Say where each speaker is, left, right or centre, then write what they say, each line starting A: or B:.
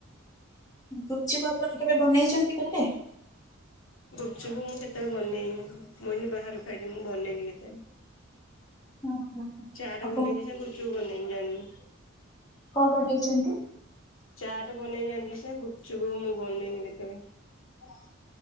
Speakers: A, on the left; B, on the left.
A: ଗୁପଚୁପ୍ ଆପଣ କେବେ ବନେଇଛନ୍ତି ଘରେ?
B: ଗୁପଚୁପୁ ମୁଁ କେତେବେଳେ ବନେଇନି ମୁଁଏଇ ବାହାରୁ ଖାଇଦିଏ ମୁଁ ବନେଇନି କେତେବେଳେ।
A: ହଁ ହଁ।
B: ଚାଟ୍
A: ଆପଣ
B: ବନେଇଛି ଗୁପୁଚୁପ୍ ବନେଇନି ଯାନିନି।
A: କଣ ବନେଇଛନ୍ତି?
B: ଚାଟ୍ ବନେଇ ଜାନିଛି ଯେ ଗୁପୁଚୁପୁ ମୁଁ ବନେଇନି କେତେବେଳେ।